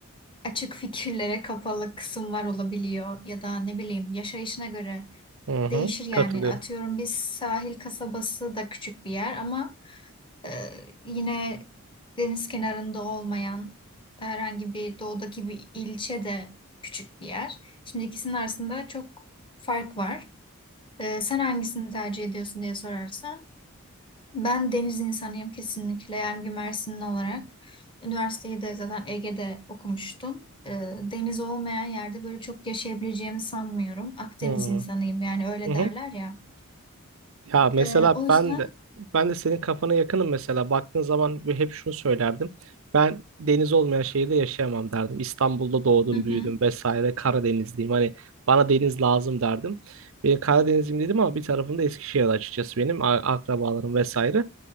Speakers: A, on the left; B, on the right.
A: açık fikirlere kapalı kısımlar olabiliyor. Ya da ne bileyim yaşayışına göre
B: Hı
A: değişir
B: hı.
A: yani.
B: Katılıyorum.
A: Atıyorum biz sahil kasabası da küçük bir yer ama Ee, yine deniz kenarında olmayan herhangi bir doğudaki bir ilçe de küçük bir yer. Şimdi ikisinin arasında çok fark var. Ee, sen hangisini tercih ediyorsun diye sorarsan ben deniz insanıyım kesinlikle. Yani bir Mersinli olarak üniversiteyi de zaten Ege'de okumuştum. Ee, deniz olmayan yerde böyle çok yaşayabileceğimi sanmıyorum. Akdeniz
B: Hı
A: insanıyım yani öyle
B: hı.
A: derler ya.
B: Ya mesela
A: Ee, o yüzden
B: ben de ben de senin kafana yakınım mesela. Baktığın zaman ve hep şunu söylerdim. Ben deniz olmayan şehirde yaşayamam derdim. İstanbul'da doğdum,
A: Hı
B: büyüdüm
A: hı.
B: vesaire. Karadenizliyim. Hani bana deniz lazım derdim. Benim Karadenizliyim dedim ama bir tarafımda Eskişehir açıkçası benim a- akrabalarım vesaire.